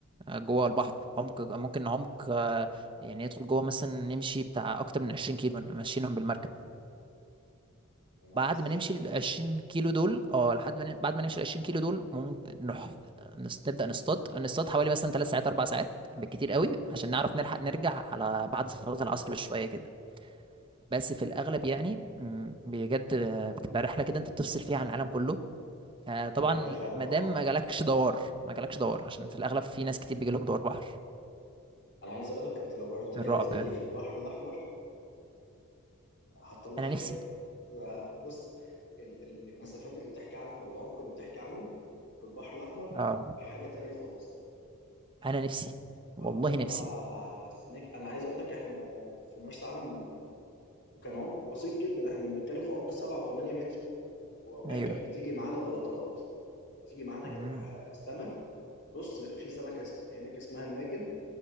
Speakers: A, on the right; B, on the left.
A: آه، جوه البحر عمق ممكن عمق آه، يعني ندخل جوه مثلا نمشي بتاع اكتر من 20 كيلو ماشيينهم بالمركب
B: انا
A: بعد
B: مسافه
A: ما نمشي
B: كبيره
A: ال 20 كيلو دول اه لحد ما ن- بعد ما نمشي ال 20 كيلو دول ممكن نروح نس- نبدا نصطاد نصطاد حوالي مثلا ثلاث ساعات اربع ساعات بالكتير قوي عشان نعرف نلحق نرجع على بعد صلاه العصر بشويه كده بس في الاغلب يعني م، بجد آه، بتبقى رحله كده انت بتفصل فيها عن العالم كله آه، طبعا
B: بجد فعلا
A: ما
B: اه
A: دام ما جالكش دوار ما جالكش دوار عشان في الاغلب في ناس كتير بيجي لهم دوار بحر
B: انا عايز اقول لك انت لو جربت
A: من
B: رحله
A: الرعب
B: زي
A: منهم
B: دي في البحر الاحمر هتطلع
A: انا
B: حاجات
A: نفسي
B: آه، بص ال- ال- المسافات اللي بتحكي عنها والعمق اللي بتحكي عنه في البحر الاحمر
A: اه
B: حاجه تانية خالص
A: انا نفسي والله
B: هتطلع
A: نفسي
B: سمك انا عايز اقول لك احنا في مرسى علم وكان عمق بسيط جدا احنا بنتكلم في عمق 7 و8 متر واوقات
A: ايوه
B: كانت بتيجي معانا غلطات تيجي معانا ك-
A: امم
B: سمك بص في سمكه اسم- هناك اسمها الناجل